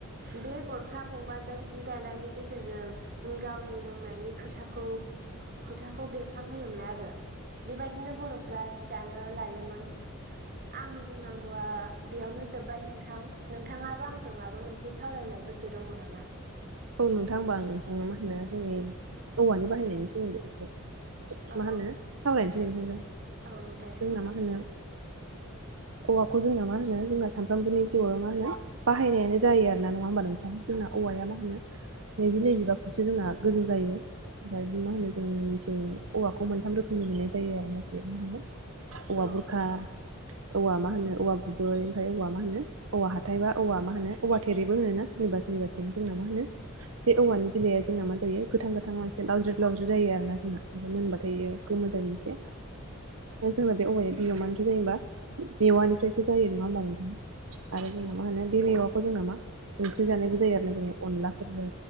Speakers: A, on the right; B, on the right.
A: बे गरखा गंबाजों जि दानायनि गेजेरजों गावनि रोंनायनि खोथाखौ खोथाखौ बे खांहोयोमोन आरो बेबायदिनो बर'फ्रा जि दानो लायोमोन आंनि बुंनांगौआ बेयावनो जोब्बाय नोंथां नोंथाङाबो आंजों माबा मोनसे सावरायनो गोसो दङ नामा
B: औ नोंथां होनबा आं नोंथांनो मा होनो जोंनि औवानि बाहायनायनि सोमोन्दै एसे
A: औ
B: मा होनो सावरायनोसै नोंथांजों
A: औ दे
B: जों मा होनो औवाखौ जोंना मा होनो जोंना सामफ्रामबोनि जिउआव मा होनो बाहायनायानो जायो आरो ना नङा होमबा नोंथां जोंना औवाया मा होनो नैजि नैजिबा फुटसो जोंना गोजौ जायो ओमफ्राय मा होनो जों नि थिं औवाखौ मोनथाम रोखोमनि मोननाय जायो आरो ना जेरै मा होनो औवा
A: औ
B: बुरखा औवा मा होनो औवा गुबै ओमफ्राय औवा मा होनो औवा हाथाय बा औवा मा होनो औवा थेरेबो होनो ना सोरनिबा सोरनिबाथिं जोंना मा होनो
A: <unintelligible>
B: बे औवानि बिलाइया जोंना मा जायो गोथां गोथाङाव एसे लावज्रि लावज्रि जायो आरो ना जोंना ओमफ्राय मोनबाथाय गोमो जायो एसे
A: <inaudible>
B: जोंना बे औवाया गिबियाव मानिफ्राय जायो होनबा मेवानिफ्रायसो जायो नङा होमबा नोंथां आरो जोंना मा होनो बे मेवाखौ जोंना मा ओंख्रि जानायबो जायो आरो ना जेरै अनला फोरजों